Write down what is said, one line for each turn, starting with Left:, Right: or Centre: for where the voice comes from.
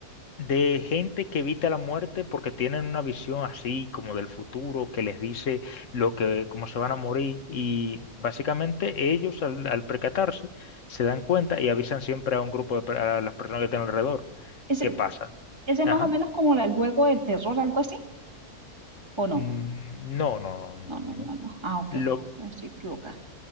Left: de gente que evita la muerte porque tienen una visión así como del futuro que les dice lo que cómo se van a morir y básicamente ellos al, al percatarse se dan cuenta y avisan siempre a un grupo de per- a las personas que tienen alrededor.
Right: ¿Ese,
Left: ¿Qué pasa?
Right: ese es
Left: Ajá.
Right: más o menos como la- el juego del terror, algo así? ¿O no?
Left: Mm, No, no, no,
Right: No, no,
Left: no, no.
Right: no,
Left: no.
Right: no. Ah, ok.
Left: Lo,
Right: Entonces Estoy equivocada.